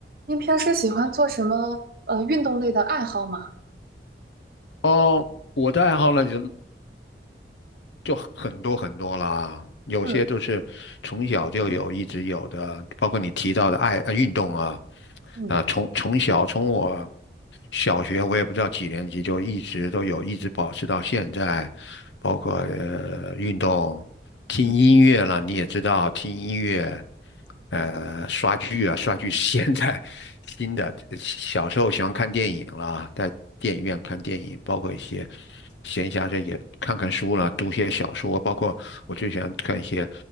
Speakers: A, on the right; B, on the left.
A: 您平时喜欢做什么呃运动类的爱好吗？
B: 哦，我的爱好呢就就很多很多啦，有些都是从小就有，
A: 嗯
B: 一直有的，包括你提到的爱呃运动啊，
A: 嗯
B: 啊、从从小从我小学我也不知道几年级就一直都有，一直保持到现在，包括呃运动。听音乐了，
A: 嗯
B: 你也知道听音乐，呃，刷剧啊，<laughs> 刷剧是现在新的。小时候喜欢看电影啦，在电影院看电影，包括一些闲暇时也看看书了，读些小说，包括我最喜欢看一些